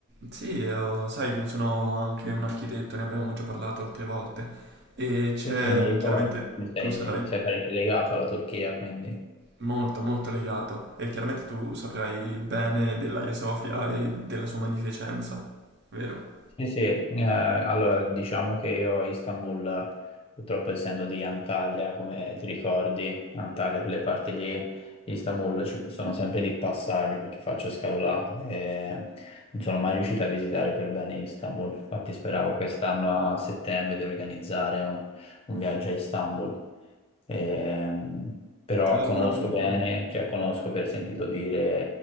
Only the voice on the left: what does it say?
sì, sì, mi ricordo
che sei,
sei parecchio legato alla Turchia, quindi.
Sì, sì, eh, allora diciamo che io a Istanbul, purtroppo essendo di Antalya, come ti ricordi, Antalya, quelle parti lì, Istanbul ci sono sempre di passaggio perché faccio scalo là e non sono mai riuscito a visitare per bene Istanbul, infatti speravo quest'anno a settembre di organizzare un, un viaggio a Istanbul, Ehm, però
conosco
bene, cioè conosco per sentito dire